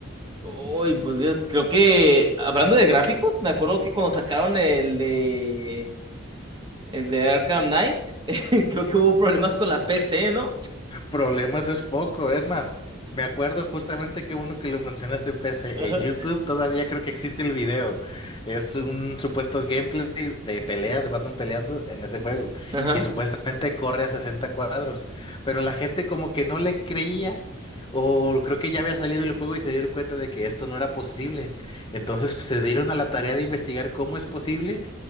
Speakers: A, on the right; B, on the left.
A: Uy, pues Dios, creo que hablando de gráficos, me acuerdo que cuando sacaron el de el de Arkham Knight, <laughs> creo que hubo problemas con la PC, ¿no?
B: Problemas es poco, es más, me acuerdo justamente que uno que lo mencionaste en PC,
A: Ajá.
B: en YouTube todavía creo que existe el video, es un supuesto gameplay de pelea, de Batman peleando en ese juego,
A: Ajá.
B: y supuestamente corre a 60 cuadros, pero la gente como que no le creía, o creo que ya había salido el juego y se dieron cuenta de que esto no era posible, entonces se dieron a la tarea de investigar cómo es posible